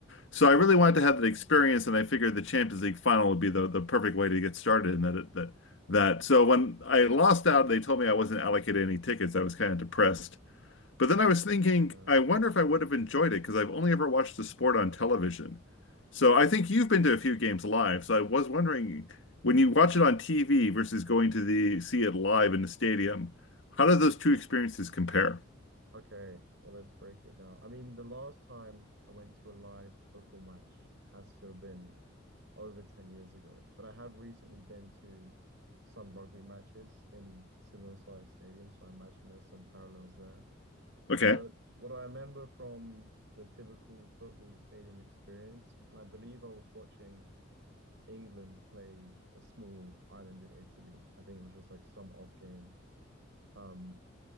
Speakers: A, on the left; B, on the right.
A: So I really wanted
B: Oh,
A: to have that experience, and I figured the Champions League final would be the, the perfect way to get started in that it, that that. So when I lost out, they told me I wasn't allocated any tickets. I was kind of depressed. But then I was thinking,
B: oh man.
A: I wonder if I would have enjoyed it because I've only ever watched the sport on television. So I think you've been to a few games live. So I was wondering, when you watch it on TV versus going to the see it live in the stadium, how do those two experiences compare?
B: Okay, well, let's break it down. I mean, the last time I went to a live football match has to have been over 10 years ago, but I have recently been to some rugby matches in similar sized stadiums, so I imagine there's some parallels there.
A: Okay.
B: But what I remember from the typical football stadium experience, and I believe I was watching. England play a small island in Italy. I think it was just like some off game. Um,